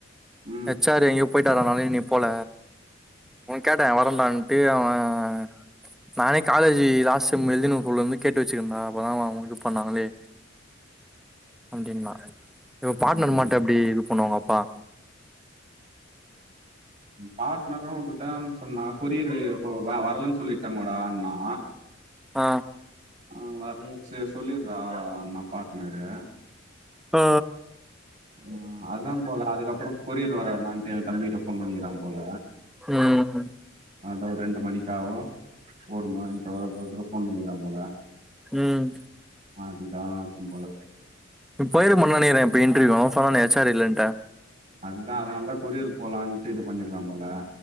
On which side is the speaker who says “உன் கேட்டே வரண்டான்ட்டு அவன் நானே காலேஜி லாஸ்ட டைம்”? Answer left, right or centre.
Centre